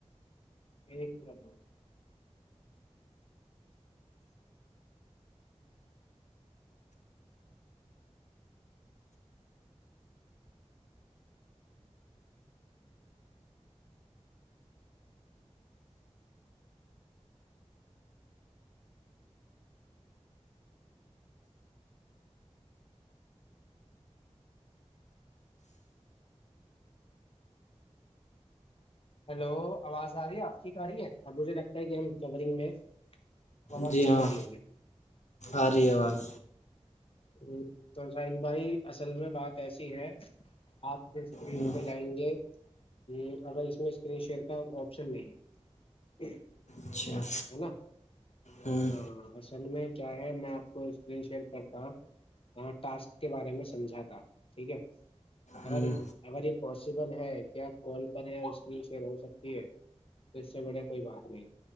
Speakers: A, on the left; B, on the left.
A: ایک منٹ ہلو آواز آ رہی ہے آپ ٹھیک آ رہی ہے اب مجھے لگتا ہے کہ ہم کورنگ میں آواز
B: جی
A: ٹھیک
B: ہاں
A: آ رہی ہوگی
B: آ رہی ہے آواز
A: ہ تو ساحل بھائی اصل میں بات ایسی ہے آپ جو اسکرین
B: ہوں،
A: پہ جائیں گے ہ اگر اس میں اسکرین شیئر کا آپشن نہیں ہے ہے
B: اچھا
A: نا
B: ہوں
A: ہاں جن میں کیا ہے میں آ کو اسکرین شیئر کرتا ہ ٹاسک کے بارے میں سمجھا تھا ٹھیک ہے
B: ہوں
A: اگر اگر یہ پاسبل ہے کہ آپ فال پر اسکری شیئر ہو سکتی ہے تو اس سے بڑھیا کوئی بات نہیں